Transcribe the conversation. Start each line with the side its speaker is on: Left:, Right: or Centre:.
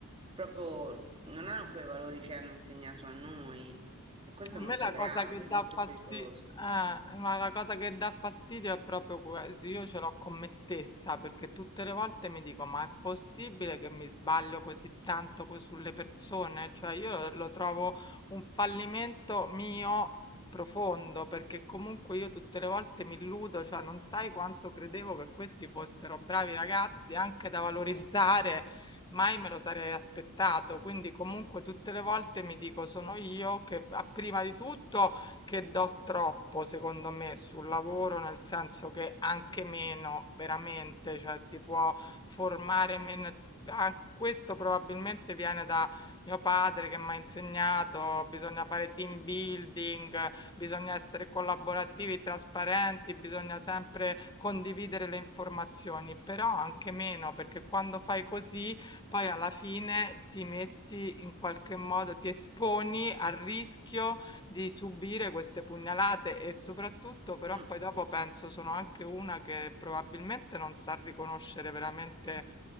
Right: proprio, non hanno quei valori che hanno insegnato a noi. E questo
Left: A
Right: è molto
Left: me la
Right: grave,
Left: cosa che
Right: è
Left: dà
Right: molto
Left: fastidio,
Right: pericoloso.
Left: ma la cosa che dà fastidio è proprio que- io
Right: Mm.
Left: ce l'ho con me stessa, perché tutte le volte mi dico, ma è possibile che mi sbaglio così tanto co- sulle persone? Cioè io lo, lo trovo un fallimento mio profondo, perché comunque io tutte le volte mi illudo, cioè non sai quanto credevo che questi fossero bravi ragazzi anche da valorizzare mai me lo sarei aspettato. Quindi comunque tutte le volte mi dico sono io che a- prima di tutto che do troppo, secondo me, sul lavoro, nel senso che anche meno, veramente, cioè si può formare meno. a- Questo probabilmente viene da mio padre che mi ha insegnato, bisogna fare team building, bisogna essere collaborativi, trasparenti, bisogna sempre condividere le informazioni, però anche meno, perché quando fai così poi alla fine ti metti in qualche modo, ti esponi al rischio di subire queste pugnalate e soprattutto però
Right: Sì.
Left: poi dopo penso sono anche una che probabilmente non sa riconoscere veramente